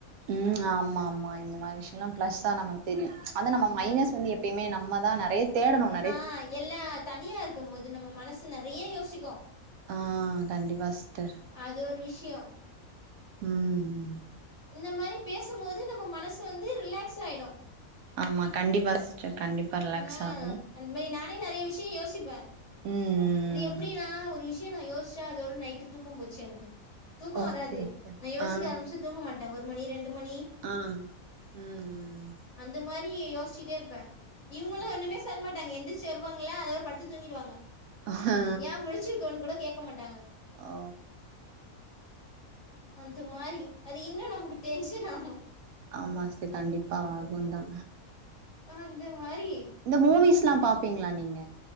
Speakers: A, on the right (about 80°); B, on the left (about 50°).
A: ம் ஆமாமா இந்த மாரி விஷயல்லா ப்ளஸ் தா நமக் தெரியு அத நம்ம
B: ஆ
A: மைனஸ் வந்து எப்பயுமே நம்ம தா நெறைய தேடணு நறை
B: ஆ எல்லா தனியா இருக்கும் போது நம்ம மனசு நறைய யோசிக்கு
A: ஆ கண்டிப்பா சிஸ்டர்
B: அது ஒரு விஷயோ
A: ம் ம்
B: இந்த மாரி பேசும் போது நம்ம மனசு வந்து ரிலக்ஸ் ஆய்டு
A: ஆமா கண்டிப்பா சிஸ்டர் கண்டிப்பா ரிலக்ஸ்
B: ஆ
A: ஆகு
B: அந்த மாரி நானே நெறைய விஷயம் யோசிப்ப
A: ம் ம்
B: இது எப்டின்னா ஒரு விஷயோ நா யோசிச்சா அதோட நைட்டு தூக்கம் போச்சு எனக்கு தூக்கோ
A: ஓகே
B: வராது
A: ஓகே
B: நா யோசிக்க
A: ஆ
B: ஆரமிச்சா தூங்க மாட்ட ஒரு மணி ரெண்டு மணி
A: ஆ ம் ம்
B: அந்த மாரி யோசிச்சிட்டே இருப்ப இவங்களு
A: ஓகே
B: ஒண்ணுமே சொல்ல மாட்டாங்க எந்தி ச்சு வருவாங்களா அதோட படுத்து தூங்கிடுவாங்க
A: ஆ
B: யா முழச்சிருக்கன்னு கூட கேக்க மாட்டாங்க
A: ஓ
B: அந்த மாரி அது இன்னு நமக்கு டென்ஷன் ஆகு
A: ஆமா சிஸ்டர் கண்டிப்பா ஆகுந் தா
B: அந்த மாறி
A: இந்த மூவிஸ்ல்லா பாப்பீங்ளா நீங்க